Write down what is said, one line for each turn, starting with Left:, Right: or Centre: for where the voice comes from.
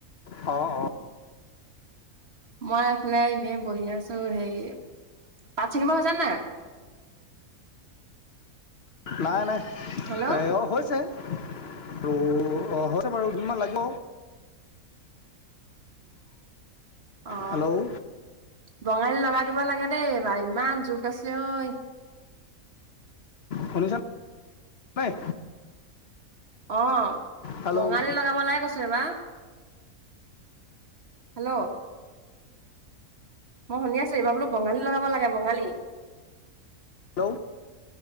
Left: অ, অ,
Right: মই এইফালে এনেই বহি আছো, হেৰি পাত ছিঙিব হৈছে নে নাই।
Left: নাই, নাই
Right: হেল্ল'
Left: অ, হৈছে। ত, অ, হৈছে বাৰু কিমান লাগিব।
Right: অ,
Left: হেল্ল'
Right: বঙালী লগাই দিব লাগে দেই, বাৰু ইমান জোক আছে ঐ।
Left: শুনিছা, নাই?
Right: অ,
Left: হেল্ল'
Right: বঙালী লগাব লাগে কৈছিলে বা হেল্ল, মই শুনি আছো, এইবাৰ বঙালী লগাব লাগে, বঙালী।
Left: হেল্ল,